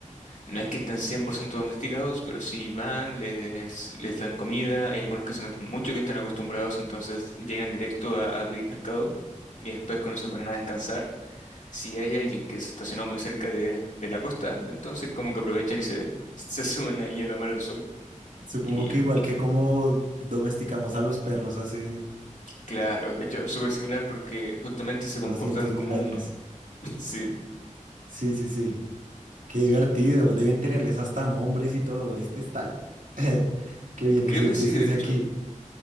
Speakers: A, on the left; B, on the right.
A: no es que estén 100% domesticados, pero sí van, les, les dan comida, hay algunos que se notan mucho que están acostumbrados, entonces llegan directo a, a pedir pescado y después cuando se ponen a descansar, si hay alguien que se estacionó muy cerca de, de la costa, entonces como que aprovechan y se, <laughs> se suben ahí a tomar el sol.
B: Supongo
A: Y
B: que igual que como domesticamos a los perros hace
A: claro, de hecho, súper similar porque justamente se comportan
B: doscientos
A: como
B: mil años.
A: uno. <laughs> Sí,
B: Sí, sí, sí. Qué divertido. Deben tenerles hasta nombres y todo. Este es tal. <laughs> Que viene
A: creo
B: siempre
A: que sí,
B: y se
A: de
B: hace
A: hecho.
B: aquí.